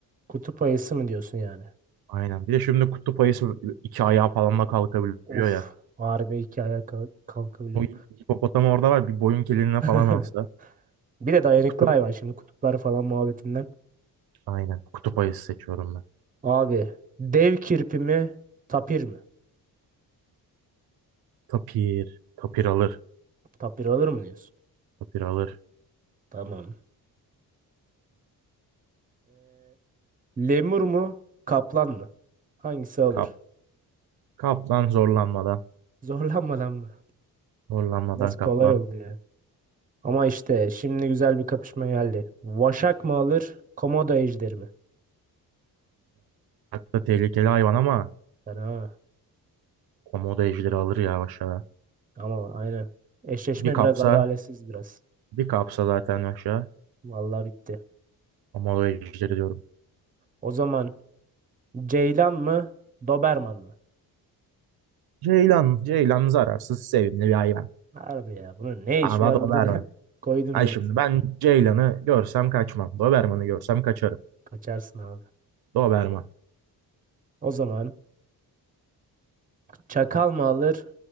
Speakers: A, on the right (about 20°); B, on the right (about 70°).
A: Kutup ayısı mı diyorsun yani?
B: Aynen. Bir de şimdi kutup ayısı iki ayağı falan da kalkabiliyor
A: Of.
B: ya.
A: Harbi iki ayağa kalk- kalkabiliyor.
B: O hipopotam orada var. Bir boyun keliğine
A: <laughs>
B: falan alsa.
A: Bir de dayanıklı
B: Kutup.
A: hayvan şimdi kutuplar falan muhabbetinden.
B: Aynen. Kutup ayısı seçiyorum ben.
A: Abi dev kirpi mi tapir mi?
B: Tapir. Tapir alır.
A: Tapir alır mı diyorsun?
B: Tapir alır.
A: Tamam. Lemur mu? Kaplan mı? Hangisi olur?
B: Kap. Kaplan zorlanmadan.
A: <laughs> Zorlanmadan mı?
B: Zorlanmadan
A: Biraz kolay
B: kaplan.
A: oldu ya. Ama işte şimdi güzel bir kapışma geldi. Vaşak mı alır? Komodo ejderi mi?
B: Hatta tehlikeli hayvan ama
A: Fena.
B: komodo ejderi alır ya aşağı.
A: Ama aynen. Eşleşme
B: Bir kapsa.
A: biraz adaletsiz biraz.
B: Bir kapsa zaten aşağı.
A: Vallahi bitti.
B: Komodo ejderi diyorum.
A: O zaman Ceylan mı? Doberman mı?
B: Ceylan. Ceylan zararsız, sevimli bir hayvan.
A: Harbi ya. Bunun ne
B: Ama
A: işi var
B: donar
A: burada de <laughs> koydum
B: Ay
A: öyle.
B: şimdi ben Ceylan'ı görsem kaçmam. Doberman'ı görsem kaçarım.
A: Kaçarsın abi.
B: Doberman.
A: O zaman çakal mı alır?